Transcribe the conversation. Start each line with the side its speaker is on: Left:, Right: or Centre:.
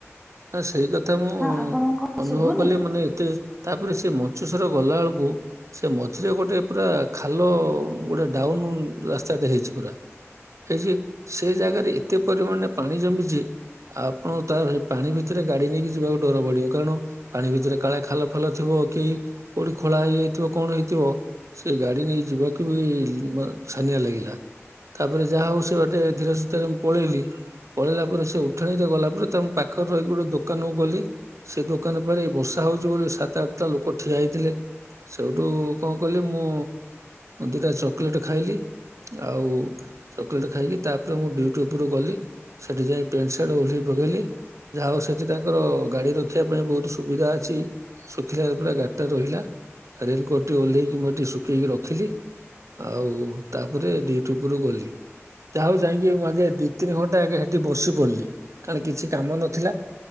Right: ସେଇ କଥା ମୁଁ
Centre: ହଁ ଆପଣଙ୍କୁ କଣ
Right: ଅନୁଭବ
Centre: ଶୁଭୁନି?
Right: କଲି ମାନେ ଏତେ ତାପରେ ସେ ମଞ୍ଚେସର ଗଲା ବେଳକୁ ସେ ମଝିରେ ଗୋଟେ ପୁରା ଖାଲ ଗୋଟେ ଡାଉନ ହୁଁ ରାସ୍ତାଟେ ହେଇଛି ପୁରା। ହେଇଛି ସେ ଜାଗାରେ ଏତେ ପରିମାଣରେ ପାଣି ଜମିଛି ଆପଣ ତାର ପାଣି ଭିତରେ ଗାଡି ନେଇକି ଯିବାକୁ ଡର ପଡିବ କାରଣ ପାଣି ଭିତରେ କାଳେ ଖାଲ ଫାଲ ଥିବ କି କୋଉଠି ଖୋ ଳା ହେଇଯାଇଥିବ କଣ ହେଇଥିବ ସେ ଗାଡି ନେଇ ଯିବାକୁ ବି ଛାନିଆ ଲାଗିଲା। ତାପରେ ଯାହା ହଉ ସେ ଗୋଟେ ଧୀରେ ସୁସ୍ଥରେ ମୁଁ ପଳେଇଲି। ପଳେଇଲା ପରେ ସେ ଉଠାଣିରେ ଗଲାପରେ ତାଙ୍କ ପାଖରେ ରହିକି ଗୋଟେ ଦୋକାନକୁ ଗଲି। ସେ ଦୋକାନ ପରେ ବର୍ଷା ହଉଛି ବୋଲି ସାତ ଆଠଟା ଲୋକ ଠିଆ ହେଇଥିଲେ। ସେଇଠୁ କଣ କଲି ମୁଁ ଦିଟା ଚକୋଲେଟ ଖାଇଲି। ଆଉ ଚକୋଲେଟ ଖାଇକି ତାପରେ ମୁଁ ଡ୍ୟୁଟି ଉପରକୁ ଗଲି ସେଠି ଯାଇ ପ୍ୟାଣ୍ଟ ସାର୍ଟ ଓହ୍ଲେଇ ପ <unintelligible> ଯାହା ହଉ ସେଠି ତାଙ୍କର ଗାଡି ରଖିବା ପାଇଁ ବହୁତ ସୁବିଧା ଅଛି ଶୁଖିଲାରେ ପୁରା ଗାଡିଟା ରହିଲା। ରେନକୋଟଟି ଓହ୍ଲେଇକି ମୁଁ ଏଠି ଶୁଖେଇକି ରଖିଲି। ଆଉ ତାପରେ ଡିଉଟି ଉପରୁକୁ ଗଲି। ଯାହା ହଉ ଯାଇକି ମୁଁ ଆଗେ ଦି ତିନି ଘଣ୍ଟା ଆଗେ ହେଠୀ ବସି ପଡିଲି କାରଣ କିଛି କାମ ନଥି